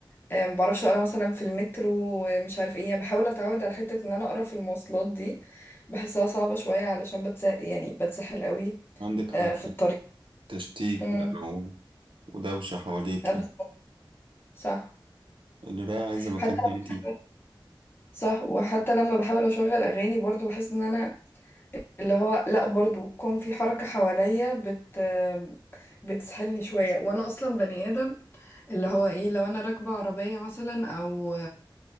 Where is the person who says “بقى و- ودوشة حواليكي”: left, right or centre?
Right